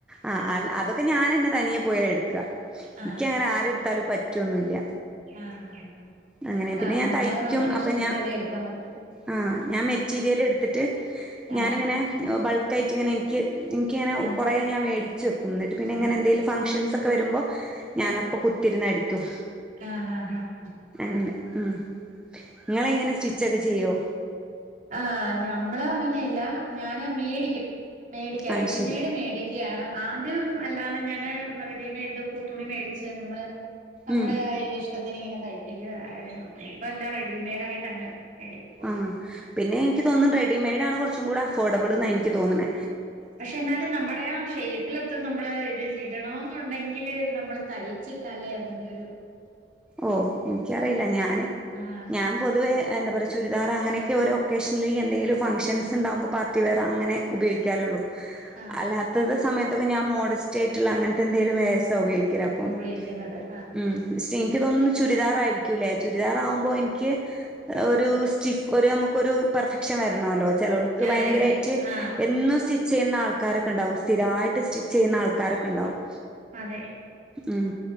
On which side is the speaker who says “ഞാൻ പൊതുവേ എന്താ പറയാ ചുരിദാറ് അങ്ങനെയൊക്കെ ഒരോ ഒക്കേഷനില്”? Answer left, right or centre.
Centre